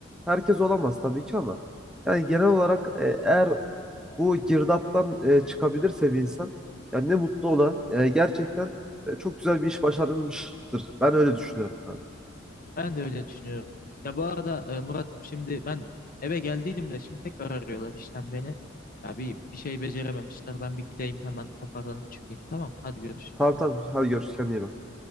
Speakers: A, in the centre; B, on the left.
A: herkes olamaz tabii ki ama yani genel olarak e, eğer bu girdaptan e, çıkabilirse bir insan yani ne mutlu ona. E, gerçekten e, çok güzel bir iş başarılmıştır. Ben öyle düşünüyorum kanka.
B: Ben de öyle düşünüyorum. Ya bu arada e, Murat'ım şimdi ben eve geldiydim de şimdi tekrar arıyorlar işten beni. Ya bir, bir şey becerememişler. Ben bir gideyim hemen toparlanıp çıkayım. Tamam hadi görüşürüz.
A: Tamam tamam. Hadi görüşürüz. Kendine iyi bak.